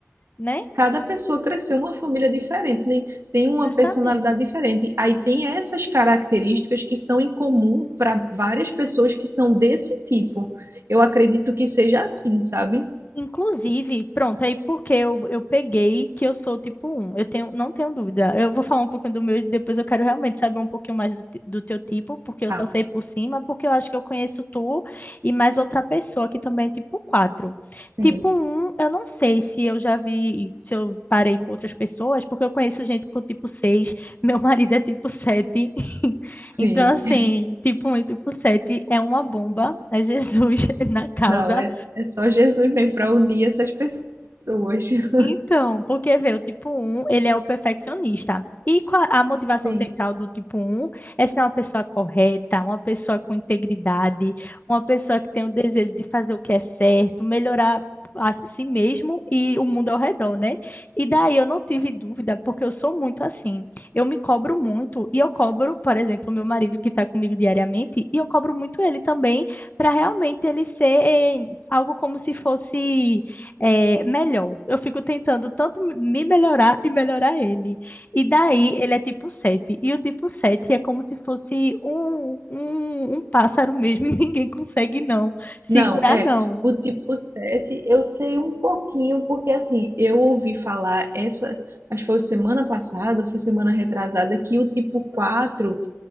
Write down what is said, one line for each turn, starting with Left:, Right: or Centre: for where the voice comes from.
Left: né?
Right: cada pessoa cresceu numa família diferente, né? tem uma
Left: Justamente.
Right: personalidade diferente. Aí tem essas características que são em comum para várias pessoas que são desse tipo. Eu acredito que seja assim, sabe?
Left: Inclusive, pronto, aí porque eu, eu peguei que eu sou tipo um Eu tenho, não tenho dúvida. Eu vou falar um pouquinho do meu e depois eu quero realmente saber um pouquinho mais do, te- do teu tipo, porque eu
Right: Tá,
Left: só sei por cima, porque eu acho que eu conheço tu e mais outra pessoa que também é tipo quatro
Right: Sim.
Left: Tipo um eu não sei se eu já vi, se eu parei com outras pessoas, porque eu conheço gente com tipo seis <laughs> meu marido é tipo sete <laughs>
Right: sim.
Left: Então, assim,
Right: <laughs>
Left: tipo 1 e tipo 7 é uma bomba, é Jesus <laughs> na causa.
Right: Não, é, é só Jesus mesmo para unir essas pessoas. <laughs>
Left: Então, porque vê, o tipo um, ele é o perfeccionista. E qua- a motivação
Right: Sim.
Left: central do tipo um é ser uma pessoa correta, uma pessoa com integridade, uma pessoa que tem o desejo de fazer o que é certo, melhorar a si mesmo e o mundo ao redor, né? E daí eu não tive dúvida, porque eu sou muito assim. Eu me cobro muito e eu cobro, por exemplo, meu marido que está comigo diariamente, e eu cobro muito ele também, para realmente ele ser eh, algo como se fosse é, melhor. Eu fico tentando tanto me melhorar e melhorar ele. E daí ele é tipo sete E o tipo 7 é como se fosse um, um, um pássaro mesmo, <laughs> e ninguém consegue não segurar,
Right: Não, é.
Left: não.
Right: O tipo sete. eu sei um pouquinho, porque assim, eu ouvi falar essa, acho que foi semana passada, foi semana retrasada, que o tipo 4